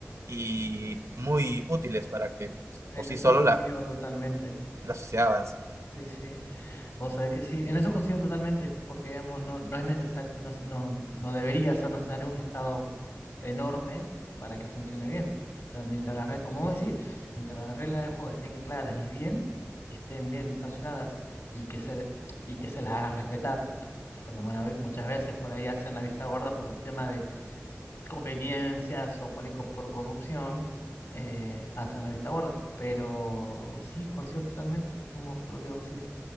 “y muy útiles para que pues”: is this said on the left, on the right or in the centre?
Right